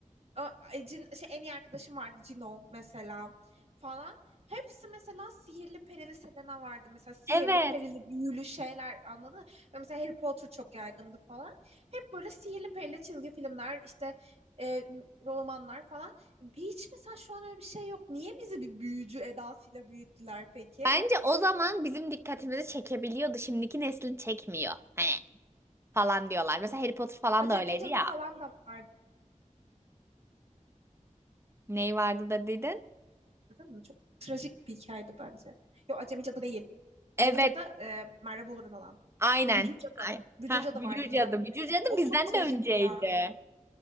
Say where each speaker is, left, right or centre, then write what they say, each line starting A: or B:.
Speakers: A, on the right; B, on the right.
A: Ö- e, cin, şey, en iyi arkadaşım vardı Cino mesela falan. Hepsi mesela sihirli perili Selena vardı. Mesela sihirli
B: Evet.
A: perili büyülü şeyler anladın mı? Ve Mesela Harry Potter çok yaygındı falan. Hep böyle sihirli perili çizgi filmler işte e, romanlar falan. Hiç mesela şu an öyle bir şey yok. Niye bizi bir büyücü edasıyla büyüttüler peki?
B: Bence o zaman bizim dikkatimizi çekebiliyordu. Şimdiki neslin çekmiyor. Hani falan diyorlar. Mesela Harry Potter falan
A: Acemi
B: da öyleydi
A: Cadı
B: ya.
A: falan da vardı
B: Neyi vardı da dedin?
A: değil mi? Çok trajik bir hikayeydi bence. Yok Acemi Cadı değil. Acemi
B: Evet.
A: Cadı e, Merve Bolur'un olan.
B: Aynen.
A: Bücürcada.
B: Ay.
A: Bücürcada
B: Hah, Bücür
A: vardı bir
B: Cadı.
A: tane böyle.
B: Bücür Cadı
A: O
B: bizden
A: çok trajikti
B: de önceydi.
A: ya.